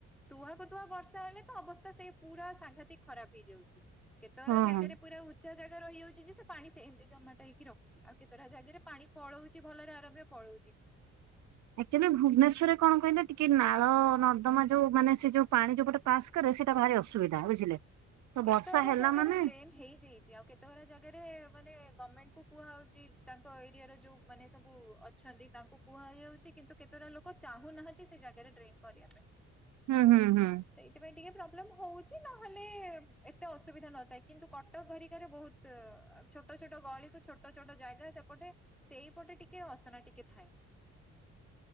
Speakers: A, in the centre; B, on the right (about 70°).
A: ତୁହାକୁ ତୁହା ବର୍ଷା ହେଲେ ତ ଅବସ୍ଥା ସେଇ ପୁରା ସାଂଘାତିକ ଖରାପ ହେଇଯାଉଚି। କେତେଅରା
B: ହଁ
A: ଜାଗାରେ
B: ହଁ।
A: ପୁରା ଉଚ୍ଚା ଜାଗା ରହି ଯାଉଚି ଯେ ସେ ପାଣି ସେନ୍ତି ଜମାଟା ହେଇକି ର ଆଉ କେତଟା ଜାଗାରେ ପାଣି ପଳଉଚି ଭଲରେ ଆରାମରେ ପଳଉଚି।
B: ଆକ୍ଚୁଆଲି ଭୁବନେଶ୍ୱରରେ କଣ କହିଲେ ଟିକେ ନାଳ ନରଦମା ଯୋଉ ମାନେ ସେ ଯୋଉ ପାଣି ଯଉପଟେ ପାସ୍ କରେ ସେଟା ଭାରି ଅସୁବିଧା ବୁଝିଲେ? ତ
A: କେତେ
B: ବର୍ଷା
A: ଅରା
B: ହେଲା
A: ଜାଗାରେ
B: ମାନେ
A: ଡ୍ରେନ୍ ହେଇଯାଇଚି ଆଉ କେତେଅରା ଜାଗାରେ ମାନେ ଗର୍ମେଣ୍ଟ୍ କୁ କୁହାହଉଚି ତାଙ୍କ ଏରିଆର ଯୋଉ ମାନେ ସବୁ ଅ ଛନ୍ତି ତାଙ୍କୁ କୁହାହେଇଆଉଚି କିନ୍ତୁ କେତେଅରା ଲୋକ ଚାହୁଁନାହାନ୍ତି ସେ ଜାଗାରେ ଡ୍ରେନ୍ କରିବା ପାଇଁ।
B: ହୁଁ ହୁଁ ହୁଁ।
A: ସେଇଥିପାଇଁ ଟିକେ ପ୍ରବ୍ଲେମ୍ ହୋଉଚି ନହେଲେ ଏତେ ଅସୁବିଧା ନଥାଏ କିନ୍ତୁ କଟକ ଘରିକାରେ ବୋହୁତ ଛୋଟ ଛୋଟ ଗଳିକୁ ଛୋ ଟ ଛୋଟ ଜାଗା ସେପଟେ ସେଇପଟେ ଟିକେ ଅସନା ଟିକେ ଥାଏ।